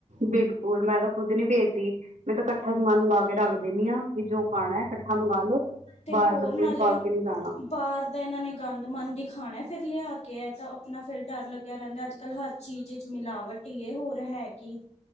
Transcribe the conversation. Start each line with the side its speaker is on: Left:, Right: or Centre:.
Right: ਬਿਲਕੁਲ ਮੈਂ ਤਾਂ ਖੁੱਦ ਨੀ ਭੇਜਦੀ ਮੈਂ ਤਾਂ ਇਕੱਠਾ ਸਮਾਨ ਮੰਗਾ ਕੇ ਰੱਖਦੀ ਦਿੰਦੀ ਹਾਂ ਵੀ ਜੋ ਖਾਣਾ ਹੈ ਇਕੱਠਾ ਮੰਗ ਲੋੋ
Left: ਤੇ
Right: ਬਾਰ
Left: ਹੋਰ
Right: ਬ
Left: ਨਾਲੇ
Right: ਪਾ ਕੇ ਨਹੀਂ ਜਾਣਾ
Left: ਬਾਹਰ ਦਾ ਇਹਨਾਂ ਨੇ ਗੰਦ ਮਨ ਹੀ ਖਾਣਾ ਫਿਰ ਲਿਆ ਕੇ ਹੈ ਤਾਂ ਆਪਣਾ ਫਿਰ ਡਰ ਲੱਗਿਆ ਰਹਿੰਦਾ ਅੱਜ ਕੱਲ੍ਹ ਹਰ ਚੀਜ਼ ਚ ਮਿਲਾਵਟ ਇਹ ਹੋ ਰਿਹਾ ਹੈ ਕਿ